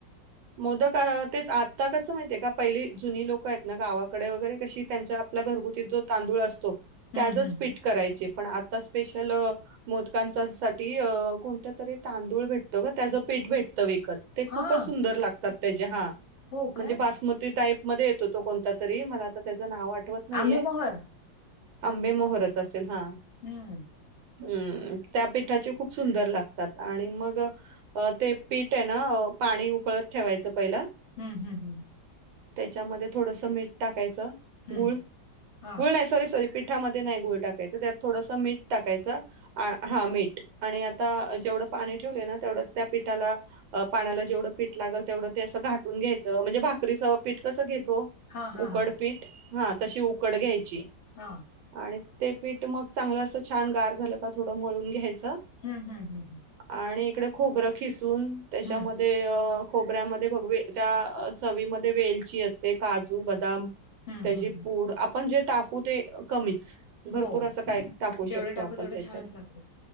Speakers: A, on the right (about 80°); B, on the left (about 55°).
A: मोदक तेच आता कसं माहितीये का पहिली जुनी लोकं आहेत ना गावाकडे वगैरे कशी त्यांच्या आपला घरगुती जो तांदूळ असतो त्याचच
B: हं, हं.
A: पीठ करायचे, पण आता स्पेशल अ मोदकांचा साठी अ कोणता तरी तांदूळ भेटतो ग त्याचं पीठ भेट त विकत, ते खूपच
B: हा
A: सुंदर लागतात त्याचे हा
B: हो
A: म्हणजे
B: काय
A: बास मती टाईप मध्ये येतो तो कोणता तरी मला आता त्याच नाव आठवत नाहीये.
B: आंबेमोहर
A: आंबे मोहरच असेल हा.
B: हम्म
A: हम्म त्या पिठाचे खूप सुंदर लागतात, आणि मग- अ ते पीठ आहे ना, अ पाणी उकळत ठेवायचं पहिला.
B: हम्म हम्म हम्म
A: त्याच्यामध्ये थोडस मीठ टाकायचं
B: हं.
A: गुळ,
B: हा
A: गुळ नाही सॉरी सॉरी पिठामध्ये नाही गुळ टाकायचं त्यात थोडसं मीठ टाकायचं हा मीठ, आणि आता जेवढं पाणी ठेवलय ना तेवढंच त्या पिठाला पाण्याला जेवढ पीठ लागल तेवढं ते असं घाटून घ्यायंच म्हणजे भाकरीच पीठ कसं घेतो
B: हा हा
A: उकडपीठ,
B: हा
A: हा तशी उकड घ्यायची.
B: हा
A: आणि ते पीठ मग चांगलं असं छान गार झालं का थोडं मळून घ्यायचं.
B: हम्म हम्म हम्म हम्म
A: आणि इकडे खोबरं खिसून त्याच्यामध्ये
B: हं,
A: अ- खोबऱ्यामध्ये भगवे त्या चवीमध्ये वेलची असते काजू, बदाम
B: हं,
A: त्याची
B: हं, हं.
A: पूड, आपण जे टाकू ते कमीच. भरपूर
B: हो
A: अस काय टाकू शकतो
B: जेवढे टाकू
A: आपण
B: तेवढे
A: त्याच्यात.
B: छानच लागते